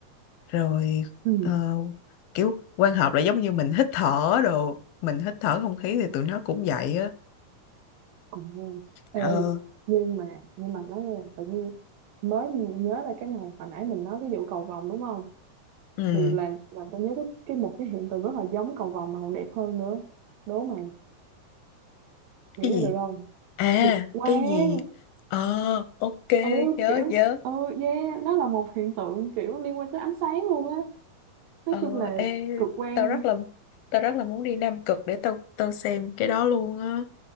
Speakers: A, on the left; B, on the right.
A: rồi
B: Ừ,
A: ờ, kiểu quan hợp là giống như mình hít thở đồ mình hít thở không khí thì tụi nó cũng vậy á
B: cũng nghe. Ê,
A: ờ
B: nhưng mà nhưng mà nói nghe tự nhiên mới nhớ ra cái này hồi nãy mình nói cái vụ cầu vồng đúng không?
A: ừ
B: Thì làm làm tôi nhớ cái, cái một cái hiện tượng rất là giống cầu vồng mà còn đẹp hơn nữa. Đố mày nghĩ
A: cái
B: ra
A: gì
B: được không?
A: à
B: Cực quang.
A: cái gì ờ ok
B: Ừ
A: nhớ
B: kiểu
A: nhớ
B: ừ yeah, nó là một hiện tượng kiểu liên quan tới ánh sáng luôn á. Nói
A: ờ
B: chung là
A: ê
B: cực quang
A: tao rất là tao rất là muốn đi Nam Cực để tao tao xem cái đó luôn á